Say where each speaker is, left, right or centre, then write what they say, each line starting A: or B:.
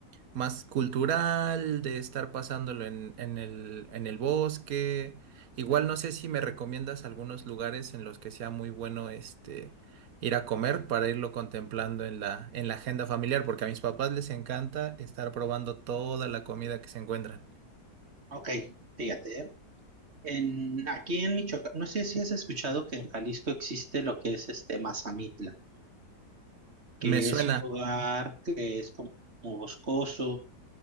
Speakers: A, on the right; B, on the right.
A: más cultural, de estar pasándolo en, en el, en el bosque. Igual no sé si me recomiendas algunos lugares en los que sea muy bueno este ir a comer para irlo contemplando en la, en la agenda familiar, porque a mis papás les encanta estar probando toda la comida que se encuentran.
B: Ok, fíjate, ¿eh? En, aquí en Michoacán, no sé si has escuchado que en Jalisco existe lo que es este Mazamitla. que
A: Me suena,
B: es un lugar que es como boscoso,